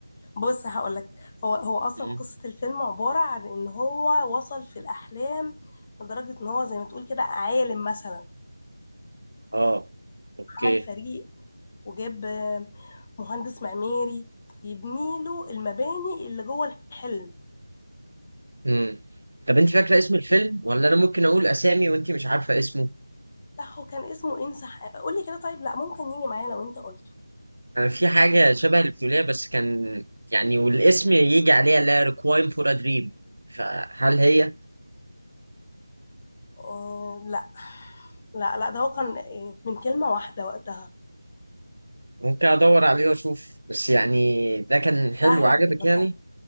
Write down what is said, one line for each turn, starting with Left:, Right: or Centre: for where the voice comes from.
Left: بص هقول لك هو هو اصلا
Right: مم.
Left: قصه الفيلم عباره عن ان هو وصل في الاحلام لدرجه ان هو زي ما تقول كده عالم مثلا
Right: اه اوكي
Left: عمل فريق وجاب آه، مهندس معماري يبني له المباني اللي جوه الحلم
Right: امم طب انت فاكرة اسم الفيلم ولا انا ممكن اقول اسامي وانت مش عارفة اسمه
Left: بتاعه كان اسمه انسح قولي كده طيب لا ممكن يجي معايا لو انت قلته
Right: انا في حاجة شبه اللي بتقوليها بس كان يعني والاسم يجي عليها اللي هي ريكوايم فور ا دريم فهل هي
Left: آه لا لا لا ده هو كان آه، من كلمة واحدة وقتها
Right: ممكن ادور عليه واشوف بس يعني ده كان حلو
Left: لا
Right: عجبك
Left: هيعجبك
Right: يعني